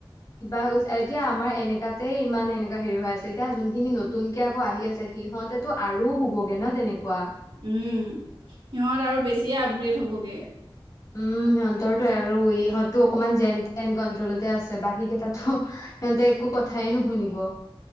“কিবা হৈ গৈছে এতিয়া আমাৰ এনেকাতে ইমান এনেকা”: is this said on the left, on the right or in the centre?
Left